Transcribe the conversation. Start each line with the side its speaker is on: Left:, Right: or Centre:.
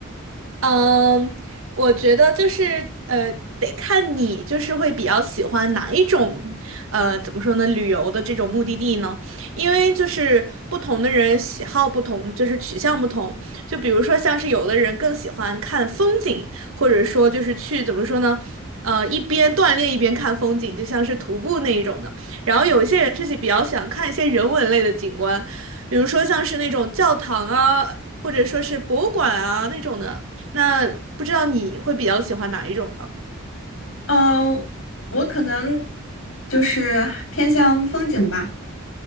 Right: 嗯，我觉得就是呃，得看你就是会比较喜欢哪一种，呃，怎么说呢，旅游的这种目的地呢？因为就是不同的人喜好不同，就是取向不同。就比如说像是有的人更喜欢看风景，或者说就是去怎么说呢，呃，一边锻炼一边看风景，就像是徒步那一种的。然后有一些人是比较想看一些人文类的景观，比如说像是那种教堂啊，或者说是博物馆啊那种的。那不知道你会比较喜欢哪一种呢？
Left: 呃，我可能就是偏向风景吧，